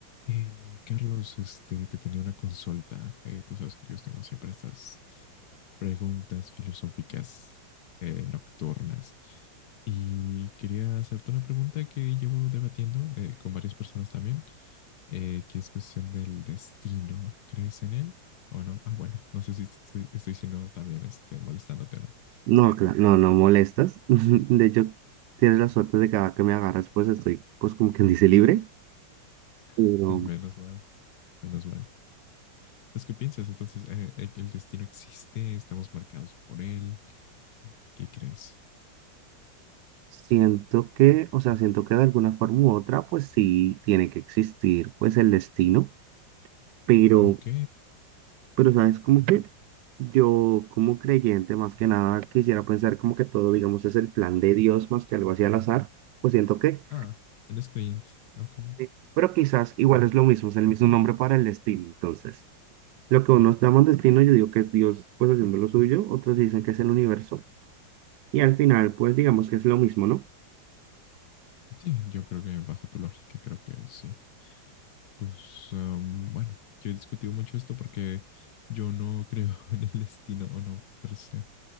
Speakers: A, on the left (about 65°); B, on the right (about 75°).
A: Eh, Carlos, este, te tenía una consulta. Eh, tú sabes que yo tengo siempre estas preguntas filosóficas eh, nocturnas. Y quería hacerte una pregunta que llevo debatiendo eh, con varias personas también, eh, que es cuestión del destino. ¿Crees en él o no? Ah, bueno, no sé si estoy, estoy siendo también este, molestándote o no.
B: No, claro no, no molestas. <laughs> De hecho, tienes la suerte de que cada que me agarras, pues estoy, pues como quien dice, libre. Pero
A: <laughs> Menos mal, menos mal. Pues, ¿qué piensas? Entonces, eh, eh, ¿el destino existe? ¿Estamos marcados por él? ¿Qué crees?
B: siento que, o sea, siento que de alguna forma u otra, pues sí tiene que existir, pues el destino. Pero,
A: Ok.
B: pero, ¿sabes? Como que yo, como creyente, más que nada, quisiera pensar como que todo, digamos, es el plan de Dios más que algo así al azar. Pues siento que,
A: Ah, eres creyente. Ok, ok.
B: eh, pero quizás igual es lo mismo, es el mismo nombre para el destino, entonces. Lo que unos llaman destino, yo digo que es Dios pues haciendo lo suyo, otros dicen que es el universo. Y al final, pues digamos que es lo mismo, ¿no?
A: Sí, yo creo que bajo tu lógica, creo que sí. Pues em, bueno, yo he discutido mucho esto porque yo no creo <laughs> en el destino o no per se.